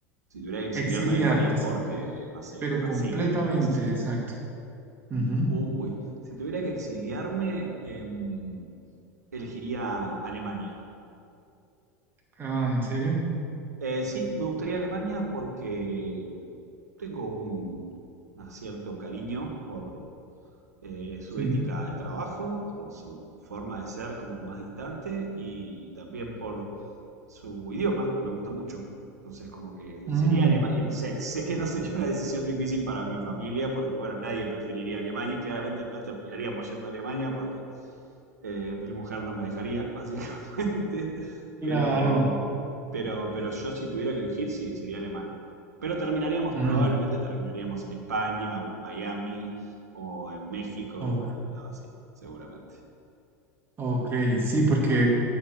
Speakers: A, on the right (about 85°); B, on the right (about 25°).
A: Si tuviera que exiliarme
B: exiliarte,
A: del país
B: sí,
A: porque, no sé,
B: pero
A: me persiguen,
B: completamente,
A: una cosa así.
B: exacto. Ujú.
A: Uy, si tuviera que exiliarme, em, elegiría Alemania.
B: Ah, ¿en serio?
A: Eh, sí, me gustaría Alemania porque tengo un, un cierto cariño por eh, su
B: Sí.
A: ética de trabajo, por su forma de ser como más distante y también por su idioma, me gusta mucho. Entonces, como que
B: Mm,
A: sería Alemania. Sé, sé que no sería una decisión difícil para mi familia porque, bueno, nadie preferiría Alemania y claramente no terminaríamos yendo a Alemania porque eh, mi mujer no me dejaría, básicamente. <laughs> Pero,
B: claro.
A: pero, pero yo si tuviera que elegir, sí, sería Alemania. Pero terminaríamos,
B: Mm,
A: probablemente terminaríamos en España o en Miami o en México
B: o-
A: o en algún lado así, seguramente.
B: ok, sí, porque